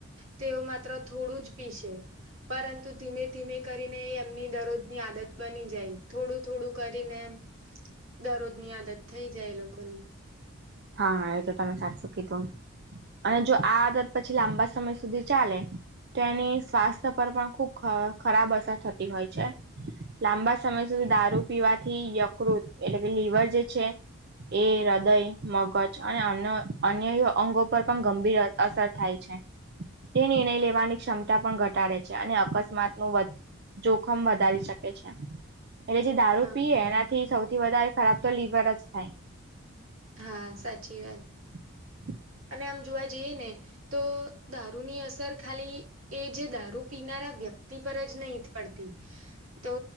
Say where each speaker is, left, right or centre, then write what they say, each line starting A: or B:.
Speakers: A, on the right (about 70°); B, on the right (about 50°).
A: તેઓ માત્ર થોડું જ પીસે. પરંતુ ધીમે ધીમે કરીને એમની દરરોજની આદત બની જાય થોડું થોડું કરીને દરરોજની આદત થઈ જાય એ લોકોની
B: હા એતો તમે સાચુ કીધું અને જો આદત પછી લાંબા સમય સુધી ચાલે તેની સ્વાસ્થ્ય પર પણ ખુબ ખરાબ અસર થતી હોય છે લાંબા સમય સુધી દારૂ પીવાથી યકૃત એટલે કે લવર જે છે, એ હૃદય મગજ અને અન અન્ય અંગો પર પણ ગંભીર અસર થાય છે. તે નિર્ણય લેવાની ક્ષમતા પણ ઘટાડે છે, અને અકસ્માતનું વ જોખમ વધારી શકે છે એટલે જે દારૂ
A: હા
B: પીએ એનાથી સૌથી વધારે ખરાબ તો લીવર જ થાય
A: હા સાચી વાત
B: <unintelligible>
A: અને આમ જોવા જઈએ ને તો દારૂની અસર ખાલી એ જે દારૂ પીનારા વ્યક્તિ પર જ નહી પડતી તો